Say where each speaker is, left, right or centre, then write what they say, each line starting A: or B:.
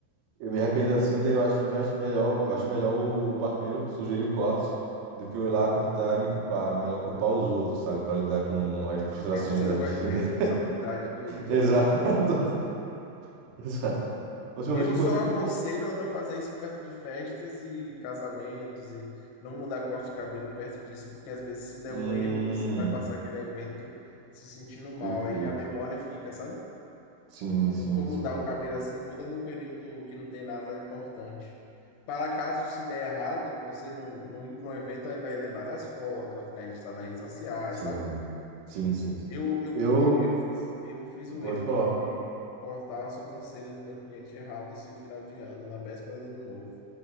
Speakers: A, on the right; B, on the left.
A: Eu me arrependo assim, daí eu acho mais melhor, eu acho melhor o barbeiro sugerir o corte do que eu ir lá cortar e me culpar. É Melhor culpar os outros, sabe? Pra lidar com as frustrações
B: É, você
A: da
B: não
A: vida.
B: gosta de ter a responsabilidade
A: <laughs>
B: do, do,
A: Exato,
B: do corte para você.
A: <laughs> exato. A última
B: Eu
A: vez que
B: só
A: cortei
B: aconselho
A: foi tipo. um-
B: a não fazer isso perto de festas e casamentos e não mudar corte de cabelo perto disso, porque às vezes se der
A: Hum,
B: um erro, você vai passar aquele evento se sentindo mal,
A: perfeito.
B: aí a memória fica, sabe?
A: Sim, sim,
B: Quando for mudar
A: sim.
B: o cabelo assim, muda num período que não tem nada importante. Para caso se der errado, você não, não ir para um evento, aí vai lembrar das fotos, vai ficar registrado nas redes sociais,
A: Sim,
B: sabe?
A: sim, sim.
B: Eu, eu
A: Eu.
B: corri, eu fiz, eu fiz o
A: Pode
B: erro
A: falar.
B: de, de cortar a sobrancelha do meu cliente errado esse final de ano, na véspera do ano novo.